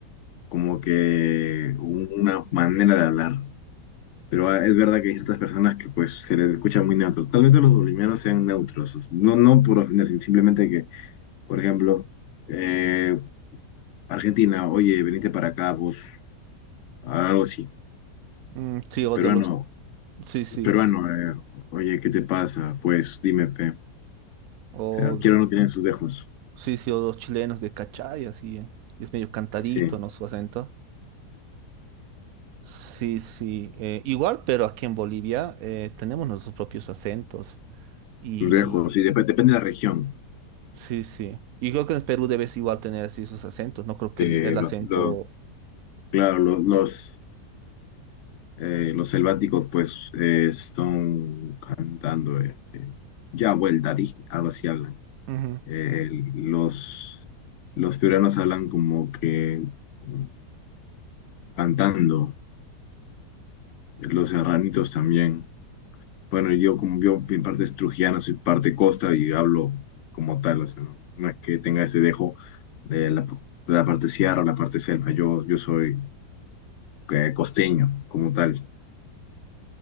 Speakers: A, on the left; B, on the right.
A: como que un- una manera de hablar. Pero ah, es verdad que hay ciertas personas que pues se les escucha muy neutros. Tal vez a los bolivianos sean neutros, o- no, no por ofender, sino simplemente que, por ejemplo, eh, Argentina, oye, venite para acá, vos, algo así.
B: Mm, sí, o
A: Peruano,
B: de los, sí, sí,
A: peruano, eh, oye, ¿qué te pasa? Pues dime, pe. O
B: o
A: sea, quiero o no tienen sus dejos.
B: sí, sí, o los chilenos de Cachai, así, eh, Es medio cantadito,
A: Sí,
B: ¿no? Su acento. Sí, sí, eh, igual, pero aquí en Bolivia eh, tenemos nuestros propios acentos y
A: lejos. Y dep- depende de la región.
B: sí, sí. Y creo que en Perú debes igual tener así sus acentos, no creo que
A: Eh,
B: el, el acento...
A: lo- lo- claro, lo- los, eh, los selváticos pues eh, son cantando eh, eh, ya vuelta di, algo así hablan.
B: Ujú.
A: Eh, los, los piuranos hablan como que mm, cantando. Los serranitos también. Bueno, yo como yo en parte es trujillano, soy parte costa y hablo como tal. O sea, no, no es que tenga ese dejo de la, de la parte sierra o la parte selva. Yo, yo soy eh, costeño como tal.